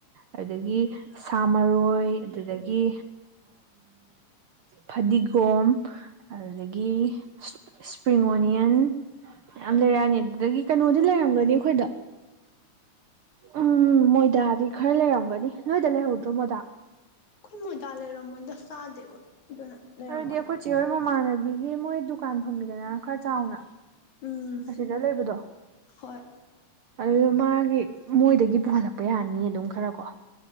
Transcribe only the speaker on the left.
ꯃꯣꯏꯗꯥꯂꯔ ꯃꯣꯏꯗ ꯁꯥꯗꯦꯀ ꯑꯗꯨꯅ ꯂꯩꯔꯝꯃꯣꯏ
ꯎꯝ
ꯍꯣꯏ